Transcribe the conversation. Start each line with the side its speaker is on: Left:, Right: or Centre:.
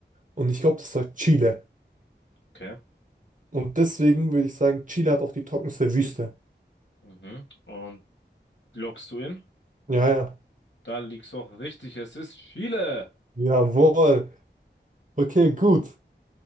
Right: Und ich glaube, das war Chile.
Left: Okay.
Right: Und deswegen würde ich sagen, Chile hat auch die trockenste Wüste.
Left: Mhm. Und loggst du in?
Right: Ja, ja.
Left: Da liegst du auch richtig. Es ist Chile.
Right: Jawohl. Okay, gut.